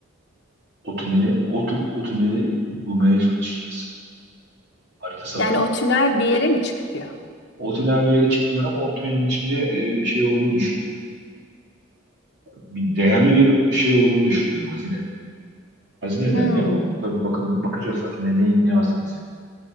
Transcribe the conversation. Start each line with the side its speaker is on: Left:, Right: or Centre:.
Right: O tüneli, o, tü- o tüneli bulmaya çalışacağız. Haritası
Left: Yani
Right: var
Left: o tünel bir yere mi çıkıyor?
Right: O tünel bir yere çıkmıyor ama o tünelin içinde e, şey olduğu düşünülüyor. Bir değerli bir şey olduğu düşünülüyor hazine. Hazineden
Left: Hmm.
Right: de ama tabii bakalım bakacağız hazine ne, ne hazinesi